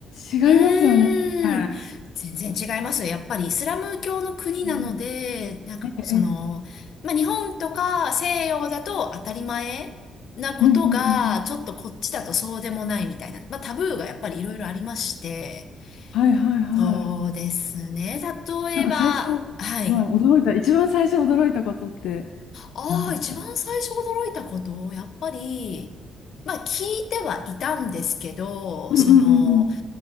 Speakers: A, on the left; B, on the left.
A: 違いますよね。
B: うーん。
A: う
B: 全然違いますよ。やっぱりイスラム教の国なので、
A: ん
B: なんかこうその、
A: ええ、
B: まあ、日本とか西洋だと当たり前なことが、
A: うんうんうんうん。
B: ちょっとこっちだとそうでもないみたいな、まあ、タブーがやっぱりいろいろありまして、
A: はいはいはい。
B: そうですね。例えば、
A: なんか最初、は
B: はい。
A: い、驚いた、一番最初驚いたことって
B: ああ、
A: 何ですか
B: 一番最初驚いたこと、やっぱり、まあ聞いてはいたんですけど、
A: うんうんうん
B: その、